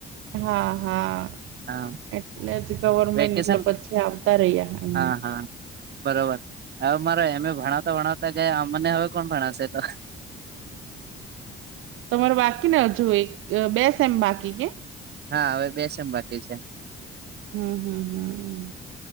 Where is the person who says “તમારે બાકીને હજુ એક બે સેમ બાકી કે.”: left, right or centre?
Right